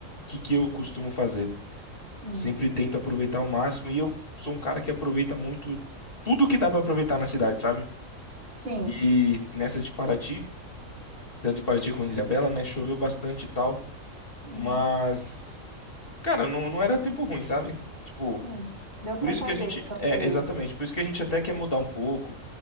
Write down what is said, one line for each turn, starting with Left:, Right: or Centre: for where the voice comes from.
Left: que que eu costumo fazer?
Right: Hum,
Left: Sempre tento aproveitar ao máximo e eu sou um cara que aproveita muito tudo que dá pra aproveitar na cidade, sabe?
Right: Sim,
Left: E nessa de Paraty, tanto de Paraty como de Ilhabela, né? Choveu bastante e tal,
Right: Hum,
Left: mas, cara, não, não era tempo ruim, sabe? Tipo,
Right: sim. Deu para
Left: por isso
Right: fazer
Left: que a gente.
Right: os passeios.
Left: É, exatamente, por isso que a gente até quer mudar um pouco.